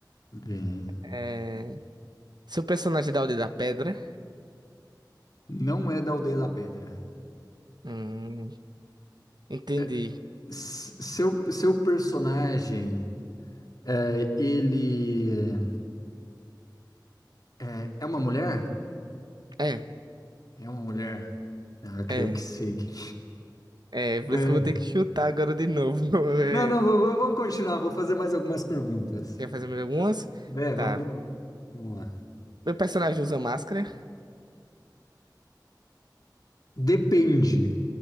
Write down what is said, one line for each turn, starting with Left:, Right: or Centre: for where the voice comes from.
Left: Bem,
Right: É... Seu personagem é da aldeia da pedra?
Left: não é da Aldeia da Pedra.
Right: Hum, entendi.
Left: É, s- seu, seu personagem, é, ele é, é uma mulher?
Right: É,
Left: É uma mulher. Ah, eu creio
Right: é,
Left: que sei quem
Right: é. Por
Left: é. É.
Right: isso que eu vou ter que chutar agora de novo. <laughs> É,
Left: Não, não, v- v- vamos continuar. Vou fazer mais algumas perguntas.
Right: Quer fazer mais algumas?
Left: Vé, vamos,
Right: Tá.
Left: vamos lá.
Right: Meu personagem usa máscara?
Left: Depende.